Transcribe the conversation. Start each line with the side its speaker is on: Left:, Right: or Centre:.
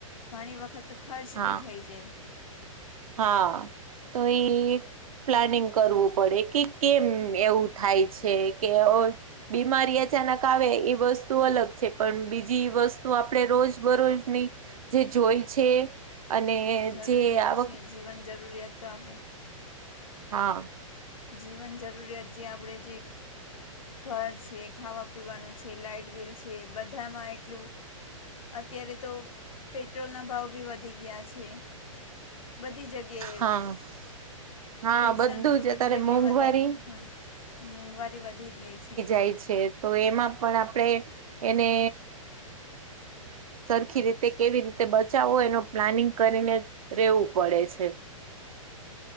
Left: ઘણી વખત ખર્ચ
Right: હા
Left: બી થઈ જાય.
Right: હા, તો એ પ્લાનિંગ કરવું પડે કે કેમ એવું થાય છે કે બિમારી અચનક આવે આવે એ બસ અલગ છે પણ બીજી વસ્તુ આપણે રોજ બરોજની, જે જોઈ છે. અને
Left: જરૂરિયાત
Right: જે આ
Left: છે જીવન જરૂરિયાત તો આપણે.
Right: હા.
Left: જીવન જરૂરિયાત જે આપણે જે ઘર છે ખાવા પીવાનું છે લાાઈટ બિલ છે બધામાં એટલું અત્યારે તો પેટ્રોલના ભાવ બી વધારે ગયા છે, બધી જગ્યાએ,
Right: હા હા
Left: પૈસા
Right: બધું
Left: નથી.
Right: જ અત્યારે
Left: બધી જગ્યાએ
Right: મોંઘવારી
Left: વધારે હા મોંઘવારી વધી ગઈ છે.
Right: થાય છે તો એમાં પણ આપણે એને સરખી રીતે કેવી રીતે બચાવો એનો પ્લાનિંગ કરીને જ રેવું પડે છે